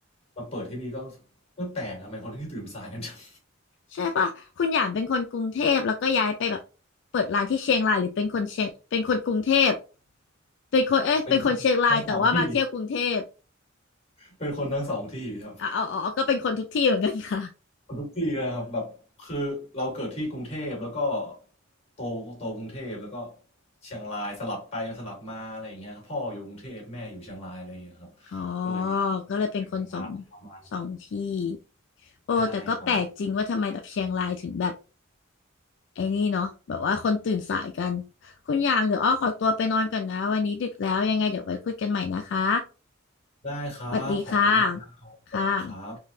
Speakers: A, on the left; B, on the left.
A: มาเปิดที่นี่ก็รู้สึกเออแปลกทำไมคนที่นี่ตื่นสายกันจัง
B: ใช่ปะคุณหยางเป็นคนกรุงเทพแล้วก็ย้ายไปแบบเปิดร้านที่เชียงรายหรือเป็นคนเชียงเป็นคนกรุงเทพเป็นคนเอ๊ะเป็นคนเชียงรายแต่ว่ามาเที่ยวกรุงเทพ
A: <laughs> เป็นคนทั้งสองที่เป็นคนทั้งสองที่ครับ
B: อ๋ออ๋อก็เป็นคนทุกที่เหมือนกันค่ะ
A: ทุกปีเลยครับแบบคือเราเกิดที่กรุงเทพแล้วก็โตโตกรุงเทพแล้วก็เชียงรายสลับไปสลับมาอะไรอย่างเงี้ยครับพ่ออยู่กรุงเทพแม่อยู่เชียงรายอะไรอย่างเงี้ยครับ
B: อ๋อ
A: ก็เลย
B: ก็เลยเป็นคนสอง
A: มาประมาณ
B: สองที่ โอ้แต่ก็แปลกจริงว่าทำไมแบบเชียงรายถึงแบบ
A: ใช่ครับ
B: ไอ้นี่เนาะแบบว่าคนตื่นสายกัน คุณอย่างเดี๋ยวอ้อขอตัวไปนอนก่อนนะวันนี้ดึกแล้วยังไงเดี๋ยวไว้คุยกันใหม่นะคะ
A: ได้ครับขอบคุณมากนะครับสวัสดีครับ
B: สวัสดีค่ะ ค่ะ